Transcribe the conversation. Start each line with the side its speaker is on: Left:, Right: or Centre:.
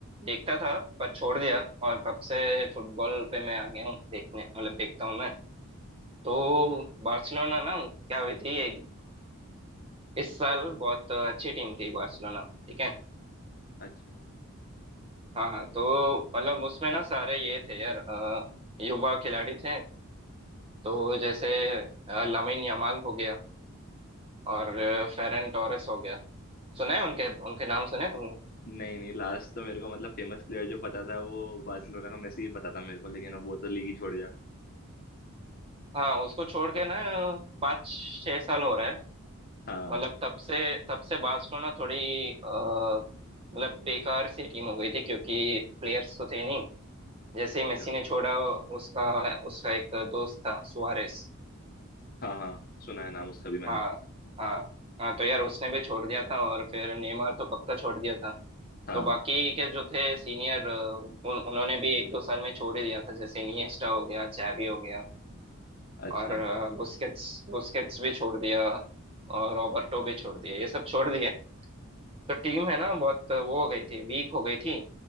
Right: देखता था पर छोड़ दिया और तब से फुटबॉल पे मैं आ गया हूँ देखने मतलब देखता हूँ मैं तो बार्सिलोना ना क्या हुई थी एक अ, इस साल बहुत अच्छी टीम थी बार्सिलोना ठीक है
Left: अच्छा
Right: हाँ हाँ, तो मतलब उसमें ना सारे ये थे यार अ, युवा खिलाड़ी थे तो जैसे अ, लामिन यमाल हो गया और अ, फेरन टोरेस हो गया सुना है उनके उनके नाम सुने तुमने
Left: नहीं नहीं लास्ट तो मेरे को मतलब फेमस प्लेयर जो पता था वो बार्सिलोना का मेसी ही पता था मेरे को लेकिन अब वो तो लीग ही छोड़ गया
Right: हाँ उसको छोड़ के ना पाँच छह साल हो रहा है
Left: हाँ
Right: मतलब तब से तब से बार्सिलोना थोड़ी अ, मतलब बेकार सी टीम हो गई थी क्योंकि प्लेयर्स तो थे नहीं जैसे
Left: अच्छा
Right: ही मेसी ने छोड़ा उसका उसका एक दोस्त था सुआरेस
Left: हाँ हाँ सुना है नाम उसका भी मैंने
Right: हाँ हाँ हाँ तो यार उसने भी छोड़ दिया था और फिर नेमार तो कब का छोड़ दिया था
Left: हाँ
Right: तो बाकी के जो थे सीनियर उन, उन्होंने भी एक दो साल में छोड़ ही दिया था जैसे इनिएस्टा हो गया चैवी हो गया
Left: अच्छा
Right: और अ, बुस्केट्स बुस्केट्स भी छोड़ दिया और रॉबर्टो भी छोड़ दिया ये सब छोड़ दिए तो टीम है ना बहुत वो हो गई थी वीक हो गई थी